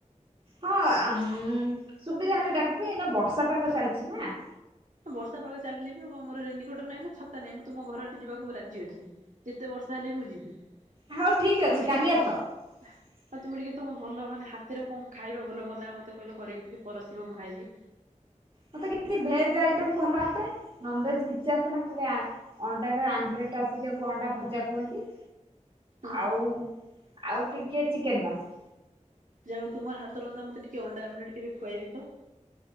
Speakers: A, on the right; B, on the right.
A: ହଁ ଆଁଉଁ ସୁବିଧା ହେଲେ ଡାକିବି ନା ବର୍ଷା ପାଗ ଚାଲିଚି ନା।
B: ବର୍ଷା ପାଗ ଚାଲିଲେ ବି ମୋର ରେନି କୋଟ ନାହିଁ ନା ଛତା ନାହିଁ ମୁଁ ତୁମ ଘର ଆଡେ ଯିବାକୁ ରାଜି ଅଛି। ଯେତେ ବର୍ଷା ହେଲେ ମୁଁ ଯିବି ତମେ
A: ହଉ ଠିକ ଅଛି
B: ଟିକେ
A: କାଲି
B: କେତି
A: ଆସ
B: ଭଲ
A: <inaudible>
B: ଆଉ ତୁମେ ଟିକେ ତମ ଭଲ ମାନେ ହାତରେ କଣ ଖାଇବା ଭଲ ବନାଅ ମତେ କହିଲ କରିକି ଟିକେ ପରସିବ ମୁଁ ଖାଇବି?
A: ମତେ କିତି ଭେଜ୍ ଆଇଟମ୍ ଭଲ ଆସେ ନନଭେଜ୍ କିଛି ଆସେନା ଖାଲି ଆଁ ଅଣ୍ଡାର ଆମ୍ବଲେଟ୍ ଆସି ଯାକୁ ଅଣ୍ଡା ଭଜା କୁହନ୍ତି।
B: ହୁଁ
A: ଆଉ ଆଉ ଟିକେ ଚିକେନ ମାସ
B: ଯାହାହୋଉ ତମ ହାତ ରନ୍ଧା ମତେ ଟିକେ ଅଣ୍ଡା ଆମଲେଟ କେବେ ଖୁଆଇବେ? ତ